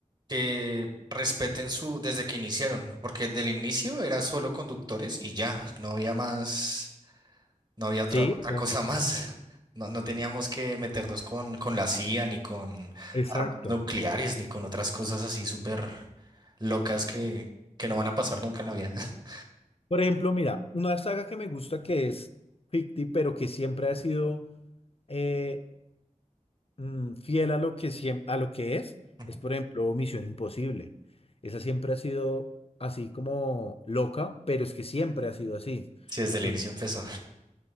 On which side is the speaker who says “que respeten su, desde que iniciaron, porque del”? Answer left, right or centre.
Right